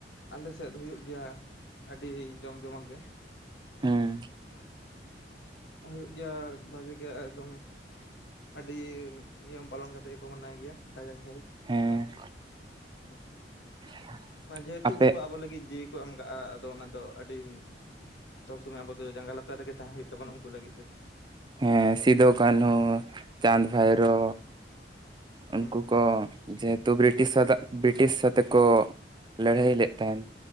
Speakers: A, on the left; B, on the right.
A: ᱟᱞᱮᱥᱮᱫ ᱦᱩᱭᱩᱜ ᱜᱮᱭᱟ ᱟᱹᱰᱤ ᱡᱚᱢ ᱡᱚᱢᱟ ᱜᱮ᱾
B: ᱦᱮᱸ
A: ᱦᱳᱭᱳᱜ ᱜᱮᱭᱟ ᱵᱷᱟᱜᱮ ᱜᱮ ᱮᱠᱫᱚᱢ᱾ ᱟᱹᱰᱤ ᱱᱤᱭᱚᱢ ᱯᱟᱞᱚᱱ ᱠᱟᱛᱮᱫ ᱜᱮᱠᱚ ᱢᱟᱱᱟᱣᱭ ᱜᱮᱭᱟ, ᱠᱟᱡᱟᱠ ᱥᱟᱹᱦᱤᱡ᱾
B: ᱦᱮᱸ
A: <inaudible>
B: <unintelligible>
A: ᱵᱟᱝ ᱡᱮᱦᱮᱛᱩ
B: ᱟᱯᱮ
A: ᱩᱱᱠᱩ ᱟᱵᱚ ᱞᱟᱹᱜᱤᱫ ᱡᱤᱣᱤ ᱠᱚ ᱮᱢ ᱠᱟᱜᱼᱟ, ᱟᱫᱚ ᱚᱱᱟ ᱫᱚ ᱟᱹᱰᱤ ᱥᱚᱵ ᱥᱚᱢᱚᱭ ᱟᱵᱚ ᱫᱚ ᱡᱟᱸᱜᱟ ᱞᱟᱛᱟᱨ ᱨᱮᱜᱮ ᱛᱟᱦᱮ ᱦᱩᱭᱩᱜ ᱛᱟᱵᱱᱟ, ᱩᱱᱠᱩ ᱞᱟᱹᱜᱤᱫ ᱛᱮᱫᱚ᱾
B: ᱦᱮᱸ ᱥᱤᱫᱩ ᱠᱟᱹᱱᱦᱩ ᱪᱟᱸᱫᱽ
A: ᱦᱩᱸ
B: ᱵᱷᱟᱭᱨᱳ
A: ᱦᱩᱸ
B: ᱩᱱᱠᱩ
A: ᱦᱩᱸ
B: ᱠᱚ ᱡᱮᱦᱮᱛᱩ ᱵᱨᱤᱴᱤᱥ ᱥᱟᱫᱟ, ᱵᱨᱤᱴᱤᱥ ᱥᱟᱛᱮ ᱠᱚ ᱞᱟᱹᱲᱦᱟᱹᱭ ᱞᱮᱫ ᱛᱟᱦᱮᱸᱱ᱾